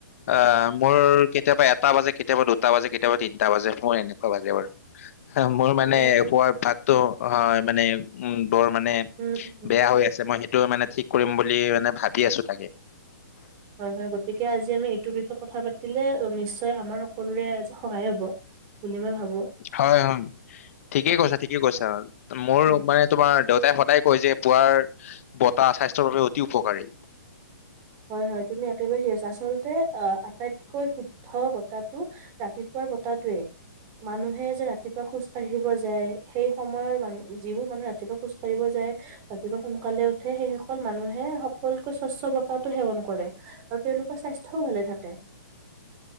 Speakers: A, on the left; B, on the right.
A: অহ। মোৰ কেতিয়াবা এটা বাজে কেতিয়াবা দুটা বাজে কেতিয়াবা তিনটা বাজে মোৰ এনেকুৱা বাজে বাৰু। মোৰ মানে
B: উম
A: পুৱাৰ অভ্যাসটো। হয় মানে উম। বৰ মানে
B: উম
A: বেয়া হৈ আছে মই সেই। টো মানে ঠিক কৰিম বুলি মানে ভাবি আছো তাকে।
B: হয়-হয় গতিকে আজি আমি এইটোৰ বিষয়ে কথা পাতিলে নিশ্চয় তে আমাৰ সকলোৰে আজি সহায় হ'ব। বুলি মই ভাবো।
A: হয়-হয় ঠিকেই কৈছা। ঠিকই কৈছা। মোৰ
B: উম
A: ৰোম মানে তোমাৰ দেউতাই। তাই কয় যে পুৱাৰ। বতাহ স্বাস্থৰ বাবে অতি উ। উপকাৰী।
B: হয়-হয় তুমি একেবাৰে আছা আচলতে অহ আটাইতকৈ শুদ্ধ বতাহটো ৰাতিপুৱাৰ বতাতোৱে। মানুহে যে ৰাতিপুৱা খোজ কাঢ়িব যায় সেই সময়ৰ মানুহ। যিবোৰ মানুহ ৰাতিপুৱা খোজ কঢ়িব যায়। ৰাতি পুৱা সোনকালে উঠে। সেই মানুহে সকল ক স্বচ্ছ। তাতো সেৱন কৰে আৰু তেওঁলোকৰ স্বাস্থ্যও ভালে থাকে।